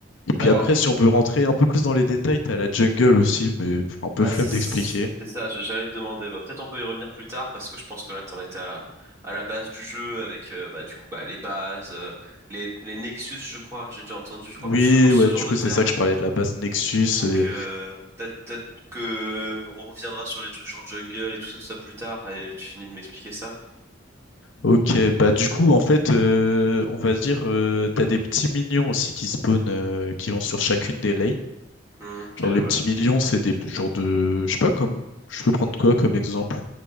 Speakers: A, on the left (about 75°); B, on the right (about 15°).
A: Et
B: Alors,
A: puis après, si on veut rentrer un peu plus dans les détails, t'as la jungle aussi, mais un peu
B: bah
A: flemme
B: c'est c'est
A: d'expliquer.
B: ça, je- j'allais te demander. Bah, peut-être on peut y revenir plus tard parce que je pense que là t'en étais à, à la base du jeu avec euh, bah du coup bah les bases, euh, les les Nexus, je crois. J'ai déjà entendu, je crois
A: Oui,
B: que ce, genre- ce
A: ouais,
B: genre
A: du
B: de
A: coup,
B: terme.
A: c'est ça que je parlais de la base Nexus.
B: Donc
A: euh,
B: euh, peut-être peut-être que on reviendra sur les trucs genre jungle et tout ça tout ça plus tard et tu finis de m'expliquer ça.
A: ok, bah du coup, en fait, euh, on va dire, euh, t'as des petits minions aussi qui spawnent, euh, qui vont sur chacune des lanes.
B: Hmm, Ok,
A: Genre,
B: ouais.
A: les petits minions, c'est des genres de... Je sais pas, comme... Je peux prendre quoi comme exemple?